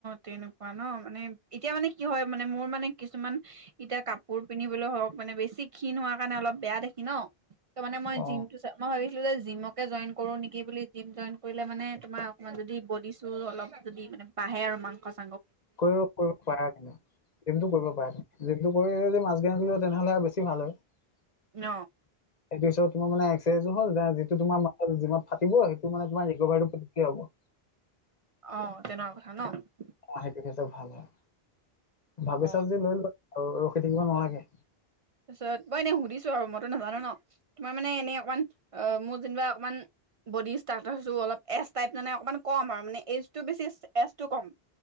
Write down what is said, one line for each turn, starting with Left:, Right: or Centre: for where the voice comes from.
Right: তেনেকুৱা ন মানে এতিয়া মানে কি হয় মানে মোৰ মানে কিছুমান এতিয়া কাপোৰ পিন্ধিবলৈ হওক মানে বেছি ক্ষীণ হোৱাৰ কাৰণে অলপ বেয়া দোকি ন ত মানে মই
Left: অ
Right: জিমটো মই ভাবিছিলো যে জিমকে জইন কৰো নেকি বুলি জিম জইন কৰিলে মানে তোমাৰ অকমান যদি বডি চু অলপ যদি মান বাঢ়ে আৰু মাংস
Left: কৰিব কৰিব প তেন এইমটো কৰিব প তেন যিটো কৰিদি মাছ গিলে তেনেহলে আৰু বেছি ভাল হয় সেইটো
Right: ন
Left: পিছত তোমাৰ মান একসাৰচজ হ'ল যিটো তোাৰ মাছ জিমত ফাটিব সেইটো মে তমাৰ ৰিভাৰটোকিয় হ'ব।
Right: অ, তেনেকুৱা কথা ন।
Left: অ, সেইটো কিন্তু ভাল হয় ভাবিছা
Right: অ',
Left: যি লৈ লোৱা। আৰু ৰখি থাকিব নালাগে।
Right: তাৰপিছত মই এনেই সুধিছো আৰু মইতো নাজানো ন তোমাৰ মানে এনে অকণমান অ, মোৰ যেনিবা অকণমান বডি ষ্ট্ৰাকচাৰটো অলপ এজ টাইপ মানে অকণমান কম আৰু মানে এইজটো বেছি এজটো কম।